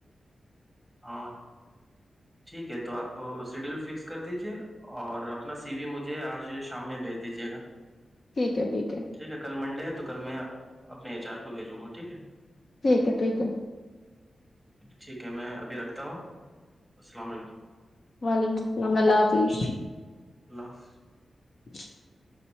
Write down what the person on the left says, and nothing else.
ٹھیک ہے ٹھیک ہے
ٹھیک ہے ٹھیک ہے
وعلیکم السلام اللہ حافظ
<unintelligible>